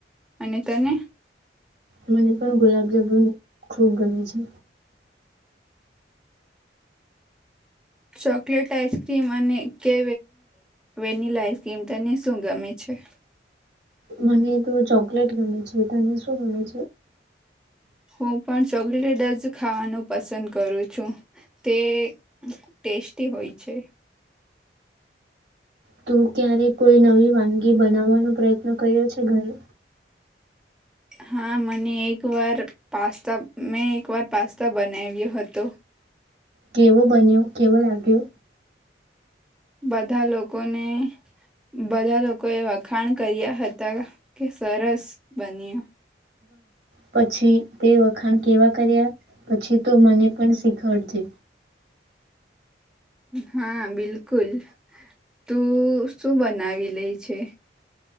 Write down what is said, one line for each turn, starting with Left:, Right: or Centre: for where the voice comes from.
Centre: અને તને?
Right: મને પણ ગુલાબ જામુન ખૂબ ગમે છે.
Centre: ચોકલેટ આઈસક્રીમ અને કે વેનિલા આઈસક્રીમ તને શું ગમે છે?
Right: મને તો ચોકલેટ ગમે છે. જેતાની શું બ છે?
Centre: હું પણ ચોકલેટ જ ખાવાનું પસંદ કરું છું, તે ટેસ્ટી હોય છે.
Right: તું ક્યારે કોઈ નવી વાનગી બનાવવાનો પ્રયત્ન કર્યો છે ઘરે?
Centre: હા મને એક વાર પાસ્તા મેં એક વાર પાસ્તા બનાવ્યો હતો.
Right: કેવો બન્યો કેવો લાગ્યો?
Centre: બધા લોકોને બધા લોકો એ વખાણ કર્યા હતા કે સરસ બન્યો.
Right: પછી તે વખત ખાણ કેવા કર્યા પછી તો મને પણ શીખવડ છે.
Centre: હા બિલકુલ, તું શું બનાવી લે છે?